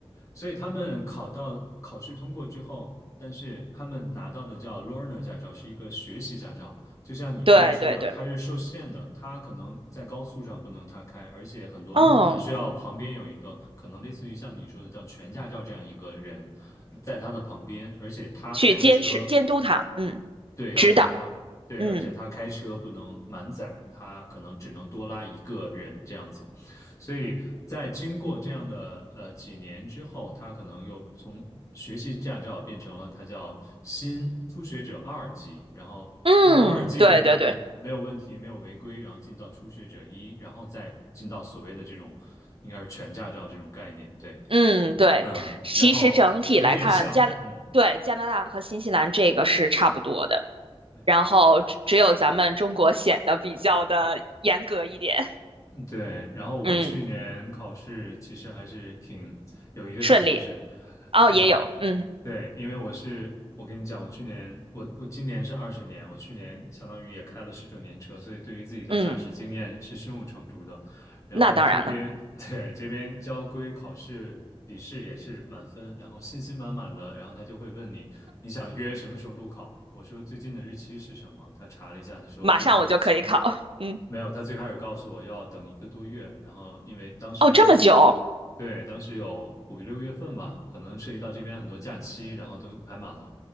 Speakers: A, on the left; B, on the right.
A: 所以他们考到考试通过之后，但是他们拿到的叫 learner 驾照，是一个学习驾照。就像你刚刚说的，
B: 对对对，
A: 它是受限的，它可能在高速上不能他开，而且很多路他需要旁边有一个可能类似于像你说的叫全驾照这样一个人
B: 嗯，
A: 在他的旁边，而且他开的车。
B: 去监视监督他，嗯，
A: 对，要陪他，
B: 指导，
A: 对，
B: 嗯
A: 而且他开车不能满载，他可能只能多拉一个人这样子，所以在经过这样的呃几年之后，他可能又从学习驾照变成了他叫新初学者二级，然后初学二级没有没有问题，
B: 嗯，对对对，
A: 没有违规，然后进到初学者一，然后再进到所谓的这种应该是全驾照这种概念，对，
B: 嗯对，
A: 嗯，
B: 其实整体来看，
A: 然后有点像，
B: 加拿对加拿大和新西兰这个是差不多的，
A: 嗯，没错，
B: 然后只只有咱们中国显得比较的严格一点，
A: 嗯。对，然后我去年考试其实还是挺有一个小故事，
B: 嗯，顺利，哦，
A: 不是，
B: 也有，嗯
A: 对，因为我是我跟你讲，我去年我我今年是二十年，我去年相当于也开了十九年车，所以对于自己的驾驶经验是胸有成竹的。
B: 嗯，
A: 然后这边
B: 那当然了。
A: <laughs>，对，这边交规考试笔试也是满分，然后信心满满的，然后他就会问你，你想约什么时候路考？我说最近的日期是什么？他查了一下，他说最近的日期
B: 马上我就可以考。嗯，
A: 没有，他最开始告诉我要等一个多月，然后因为当时，
B: 哦，这么久？
A: 对，当时有五六月份吧，可能涉及到这边很多假期，然后都排满了。